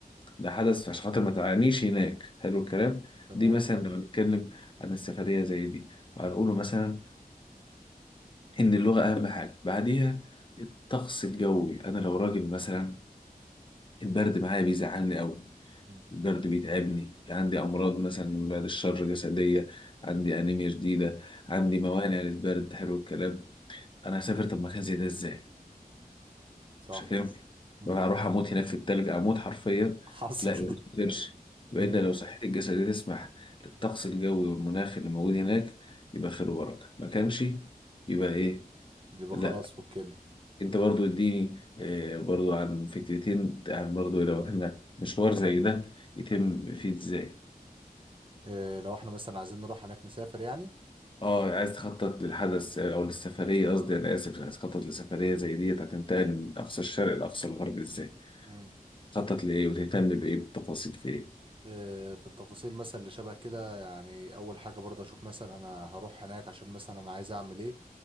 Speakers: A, on the left (about 35°); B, on the right (about 35°).
A: ده حدث عشان خاطر ما تعانيش هناك حلو الكلام
B: تمام
A: دي مثلا لو هنتكلم عن السفرية زي دي وهنقوله مثلا إن اللغة أهم حاجة بعديها الطقس الجوي أنا لو راجل مثلا البرد معايا بيزعلني أوي
B: مم.
A: البرد بيتعبني عندي أمراض مثلا بعد الشر جسدية عندي أنيميا شديدة
B: مم.
A: عندي موانع للبرد حلو الكلام أنا هسافر طب مكان زي ده إزاي
B: صح
A: مش هتنفع
B: مم.
A: ولا هروح اموت هناك في التلج اموت حرفيا
B: حصل
A: لا ما تقدرش بعيدا
B: <laughs> مم.
A: لو صحتي الجسدية تسمح للطقس الجوي والمناخ اللي موجود هناك يبقى خير وبركة ما كانش يبقى ايه
B: يبقى
A: لا
B: خلاص فكنا
A: انت برضو اديني آه، برضو عن فكرتين عن برضو لو احنا مشوار زي ده يتم فيه ازاي
B: اه لو احنا مثلا عايزين نروح هناك نسافر يعني
A: اه عايز تخطط للحدث او للسفرية قصدي انا اسف عايز تخطط لسفرية زي ديت هتنتقل من اقصى الشرق لاقصى الغرب ازاي
B: مم.
A: تخطط لايه وتهتم بايه بالتفاصيل في ايه
B: آه، في التفاصيل مثلا اللي شبه كده يعني اول حاجه برضه اشوف مثلا انا هروح هناك عشان مثلا انا عايز اعمل ايه